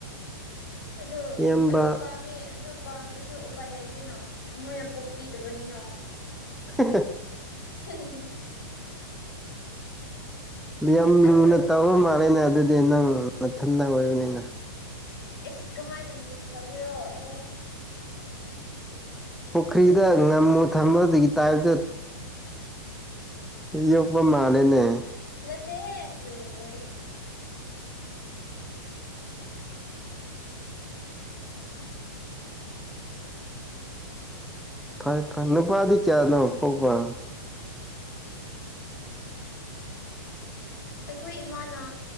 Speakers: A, on the left; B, in the centre.
A: ꯑꯗꯨ
B: ꯏꯌꯥꯝꯕ
A: ꯑꯗꯨ ꯄꯥꯝꯃꯦ ꯑꯗꯨ ꯄꯥꯝꯃꯔꯁꯨ ꯎꯄꯥꯏ ꯂꯩꯇꯣꯏꯅꯣ ꯃꯣꯏꯅ ꯄꯣꯛꯄꯤꯗꯕꯅꯤꯅꯣ
B: ꯍ
A: ꯍꯝ
B: ꯌꯥꯝ
A: ꯑꯩꯁꯨ
B: ꯂꯨꯅ ꯇꯧꯔ ꯃꯥꯜꯂꯦꯅꯦ ꯑꯗꯨꯗꯤ ꯅꯪ ꯃꯊꯟꯗ ꯑꯣꯏꯕꯅꯤꯅ
A: ꯑꯦꯁ ꯀꯃꯥꯏꯅ ꯂꯨꯅ ꯇꯧꯒꯦꯔꯣ ꯑꯦ
B: ꯄꯨꯈ꯭ꯔꯤꯗ
A: ꯅꯨꯡꯁꯤ
B: ꯉꯝꯃꯨ ꯊꯝꯕ ꯑꯗꯨꯒꯤ ꯇꯥꯏꯞꯇ ꯌꯣꯛꯄ ꯃꯥꯜꯂꯦꯅꯦ
A: ꯅꯠꯇꯦ ꯑꯗꯨ ꯃꯗꯤ
B: ꯐꯩ ꯐꯩ ꯅꯨꯄꯥꯗꯤ ꯀꯌꯥꯅꯣ ꯄꯣꯛꯄ
A: ꯑꯩꯈꯣꯏ ꯏꯃꯥꯅ